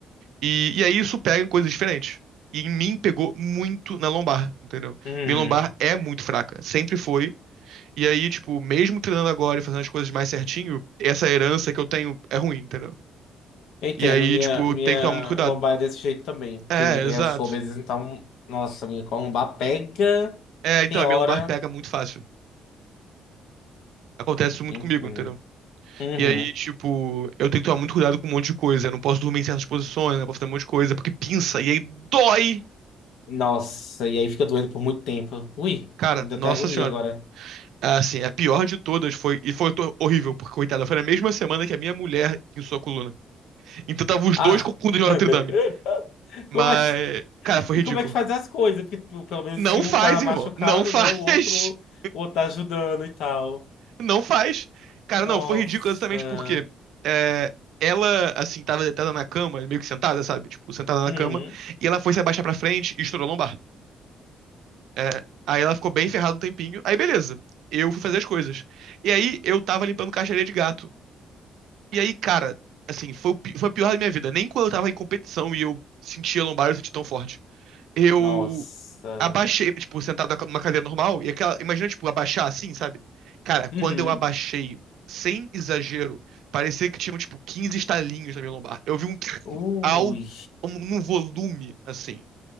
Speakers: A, on the right (about 75°); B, on the left (about 80°).
A: E, e aí isso pega em coisas diferentes. E em mim pegou muito na lombar, entendeu?
B: uhum.
A: Minha lombar é muito fraca, sempre foi. E aí, tipo, mesmo treinando agora e fazendo as coisas mais certinho, essa herança que eu tenho é ruim, entendeu?
B: Eu entendo,
A: E aí,
B: minha,
A: tipo,
B: minha
A: tem que tomar muito cuidado.
B: lombar é desse jeito também, porque
A: É,
B: né,
A: exato.
B: eu sou obeso, então, nossa, minha lombar pega,
A: É, então,
B: tem
A: a
B: hora.
A: minha lombar pega muito fácil. Acontece isso muito
B: Entendo.
A: comigo, entendeu?
B: Uhum.
A: E aí, tipo, eu tenho que tomar muito cuidado com um monte de coisa. Eu não posso dormir em certas posições, eu não posso fazer um monte de coisa, porque pinça, e aí dói.
B: Nossa, e aí fica doendo por muito tempo. Ui,
A: Cara,
B: ainda
A: nossa
B: tem agonia
A: senhora.
B: agora.
A: Assim, a pior de todas foi. E foi to- horrível, porque, coitada, foi na mesma semana que a minha mulher pinçou a coluna. Então tava os
B: Ah!
A: dois com coluna de Notre
B: <laughs>
A: Dame. Mas,
B: Como é que,
A: cara, foi
B: e
A: ridículo.
B: como é que faz as coisas? Porque, tipo, pelo menos
A: Não
B: se um
A: faz,
B: tá machucado,
A: irmão. Não faz.
B: né? O outro,
A: <laughs>
B: o outro tá ajudando e tal.
A: Não faz. Cara,
B: Nossa.
A: não, foi ridículo exatamente porque é, ela, assim, tava deitada na cama, meio que sentada, sabe? Tipo, sentada na
B: Uhum.
A: cama. E ela foi se abaixar pra frente e estourou a lombar. É, aí ela ficou bem ferrada um tempinho. Aí, beleza. Eu fui fazer as coisas. E aí, eu tava limpando caixa de areia de gato. E aí, cara, assim, foi, o pi- foi a pior da minha vida. Nem quando eu tava em competição e eu sentia lombar, eu senti tão forte. Eu
B: Nossa.
A: abaixei, tipo, sentado na ca- numa cadeira normal, e aquela. Imagina, tipo, abaixar assim, sabe? Cara, quando
B: Uhum.
A: eu abaixei, sem exagero, parecia que tinham, tipo, 15 estalinhos na minha lombar. Eu vi um <laughs>
B: Ui.
A: <tsk> alto, um, num volume, assim.